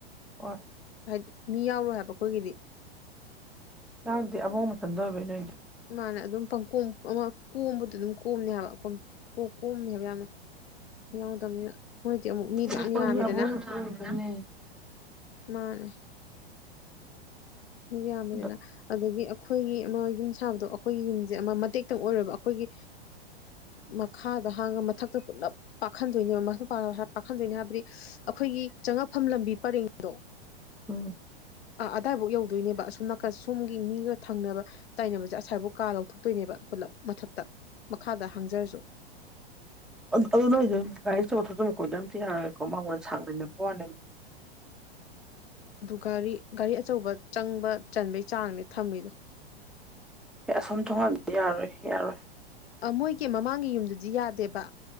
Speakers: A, in the centre; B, on the left.
A: ꯍꯣꯏ
B: ꯍꯥꯏꯗꯤ ꯃꯤ ꯌꯥꯎꯔꯣꯏ ꯍꯥꯏꯕ ꯈꯣꯏꯒꯤꯗꯤ
A: ꯌꯥꯎꯗꯦ ꯑꯕꯣꯕꯊꯟꯗ ꯑꯣꯏꯕꯒꯤ ꯅꯣꯏꯗ
B: ꯃꯥꯅꯦ ꯑꯗꯨꯝ ꯄꯪꯀꯣꯝ ꯀꯣꯝꯕꯗ ꯑꯗꯨꯝ ꯀꯣꯝꯅꯦ ꯍꯥꯏꯕ ꯀꯣꯝꯅꯤ ꯍꯥꯏꯕ ꯌꯥꯝꯅ ꯌꯥꯎꯗꯕꯅꯤꯅ ꯃꯣꯏ ꯑꯃꯨꯛ ꯃꯤꯗꯣ ꯌꯥꯝ
A: ꯑꯩꯈꯣꯏꯅ
B: ꯌꯥꯝꯃꯤꯗꯅ
A: ꯑꯕꯣꯛ ꯑꯣꯏꯕꯅꯦ
B: ꯃꯥꯅꯦ ꯌꯥꯃꯤꯗꯅ
A: ꯑꯗꯣ
B: ꯑꯗꯒꯤ ꯑꯩꯈꯣꯏꯒꯤ ꯑꯃ ꯌꯨꯝ ꯁꯥꯕꯗꯣ ꯑꯩꯈꯣꯏꯒꯤ ꯌꯨꯝꯁꯦ ꯑꯃ ꯃꯇꯦꯛꯇꯪ ꯑꯣꯏꯔꯕ ꯑꯩꯈꯣꯏꯒꯤ ꯃꯈꯥ ꯃꯊꯛꯇ ꯄꯨꯂꯞ ꯄꯥꯛꯍꯟꯗꯣꯏꯅꯦ ꯄꯥꯛꯍꯟꯗꯣꯏꯅꯦ ꯍꯥꯏꯕꯗꯤ ꯑꯩꯈꯣꯏꯒꯤ ꯆꯪꯉꯛꯐꯝ ꯕꯤꯄꯥꯔꯦꯡꯗꯣ
A: ꯎꯝ
B: ꯑ ꯑꯗꯕ ꯌꯧ ꯗꯣꯏꯅꯦꯕ ꯑꯁꯣꯝ ꯅꯥꯀ ꯁꯣꯝꯒꯤ ꯃꯤꯒ ꯊꯪꯅꯕ ꯇꯥꯏꯅꯕꯁꯦ ꯑꯁꯥꯏꯕꯨꯥꯎ ꯀꯥ ꯂꯧꯊꯣꯛꯇꯣꯏꯅꯦꯕ ꯄꯨꯂꯞ ꯃꯊꯛꯇ ꯃꯈꯥꯗ ꯍꯥꯡꯖꯔꯁꯨ
A: ꯑꯗꯨꯣ ꯅꯣꯏꯗ ꯒꯥꯔꯤ ꯆꯊꯣꯛꯆ ꯃꯈ ꯈꯣꯏꯗ ꯑꯝꯇ ꯌꯥꯔꯒꯦꯀꯣ ꯃꯉꯣꯟꯗ ꯁꯥꯡꯅꯅꯕ ꯋꯥꯅꯦ
B: ꯒꯥꯔꯤ ꯒꯥꯔꯤ ꯑꯆꯧꯕ ꯆꯪꯕ ꯆꯟꯕꯩ ꯆꯥꯡꯅꯦ ꯊꯝꯃꯤꯗꯣ
A: ꯑꯁꯝ ꯊ ꯍ ꯏꯔꯣꯏ ꯏ ꯌꯥꯔꯣꯏ
B: ꯃꯣꯏꯒꯤ ꯃꯃꯥꯡꯒꯤ ꯌꯨꯝꯗꯨꯗꯤ ꯌꯥꯗꯦꯕ